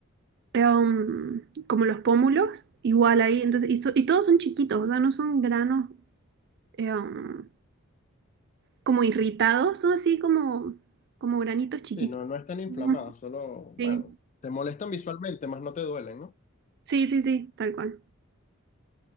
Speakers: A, on the right; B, on the left.
A: eh, um, como los pómulos, igual ahí, entonces, y, so- y todos son chiquitos, o sea, no son granos eh, um, como irritados, son así como, como granitos chiquitos.
B: Sí, no, no están inflamadas,
A: Ujú.
B: solo,
A: Sí,
B: bueno, te molestan visualmente, más no te duelen, ¿no?
A: sí, sí, sí, tal cual.